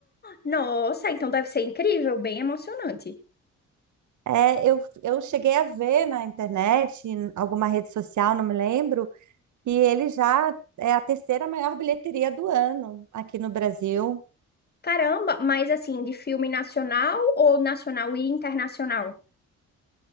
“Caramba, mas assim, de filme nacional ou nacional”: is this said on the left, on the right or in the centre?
Left